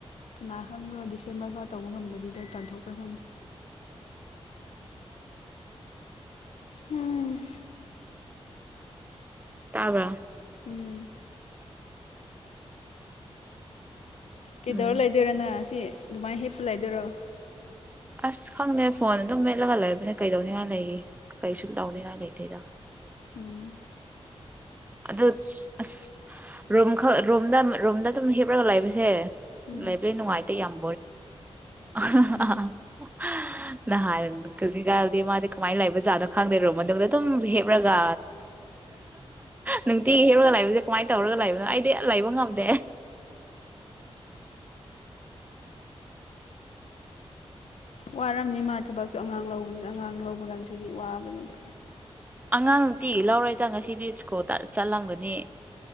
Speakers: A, on the left; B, on the right.
A: ꯀꯅꯥ ꯈꯪꯕ꯭ꯔꯣ ꯗꯤꯁꯦꯝꯕꯔ ꯐꯥꯎ ꯇꯧꯕ ꯉꯝꯗꯕꯤꯗ ꯇꯥꯟꯊꯣꯛꯄ꯭ꯔꯥ ꯈꯪꯗꯦ ꯎꯝ
B: ꯇꯕꯔꯥ
A: ꯎꯝ ꯀꯩꯗꯧꯔ
B: ꯎꯝ
A: ꯂꯩꯗꯣꯏꯅꫭ ꯁꯤ ꯑꯗꯨꯃꯥꯏꯅ ꯍꯦꯛꯞꯄꯨ ꯂꯩꯗꯣꯏꯔꯣ
B: ꯑꯁ ꯈꯪꯗꯦ ꯐꯣꯟ ꯑꯗꯨꯝ ꯃꯦꯠꯂꯒ ꯂꯩꯕꯅꯦ ꯀꯩꯗꯧꯅꯤꯉꯥꯏ ꯂꯩꯔꯤ ꯀꯩꯁꯨ ꯂꯧꯅꯤꯡꯉꯥꯏ ꯂꯩꯇꯦꯗ
A: ꯎꯝ
B: ꯑꯗꯨ ꯑꯁ ꯔꯨꯝꯈꯛ ꯔꯨꯝꯗ ꯔꯨꯝꯗ ꯑꯗꯨꯝ ꯍꯤꯞꯂꯒ ꯂꯩꯥꯕꯁꯦ
A: ꯎꯝ
B: ꯂꯩꯕ ꯂꯩ ꯅꯨꯡꯉꯥꯏꯇꯦ ꯌꯥꯝ <unintelligible>
A: ꯎꯝ
B: <unintelligible> ꯅꯍꯥꯟ ꯀꯖꯤꯛꯀꯥꯟꯗꯤ ꯃꯥꯗꯤ ꯀꯃꯥꯏꯅ ꯂꯩꯕ ꯖꯥꯠꯅꯣ ꯈꯪꯗꯦ ꯔꯨꯝ ꯃꯅꯨꯡꯗ ꯑꯗꯨꯝ ꯍꯤꯞꯔꯒ ꯅꯨꯡꯇꯤꯒꯤ ꯍꯦꯛꯔꯒ ꯂꯩꯕꯁꯦ ꯀꯃꯥꯏꯅ ꯇꯧꯔꯒ ꯂꯩꯕꯅꯣ ꯑꯩꯗꯤ ꯂꯩꯕ ꯉꯝꯗꯦ
A: ꯋꯥꯔꯝꯅꯤ ꯃꯥ ꯊꯕꯛꯁꯨ ꯑꯉꯥꯡ ꯂꯧꯕꯅꯤꯅ ꯑꯉꯥꯡ ꯂꯧꯕ ꯀꯥꯟꯗ ꯁꯤꯗꯤ ꯋꯥꯕꯅꯦꯕ
B: ꯑꯉꯥꯡ ꯅꯨꯡꯇꯤ ꯂꯧꯔꯦꯗ ꯉꯁꯤꯗꯤ ꯁ꯭ꯀꯣꯜ ꯆꯠꯂꯝꯒꯅꯤ